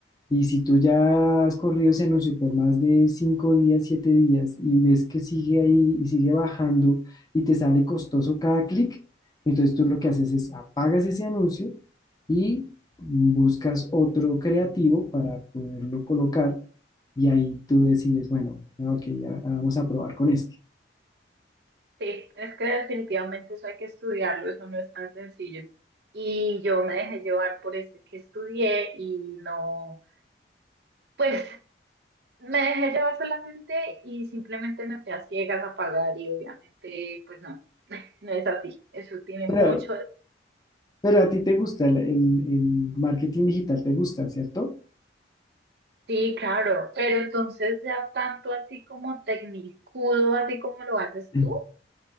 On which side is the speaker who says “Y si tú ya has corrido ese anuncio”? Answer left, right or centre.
Left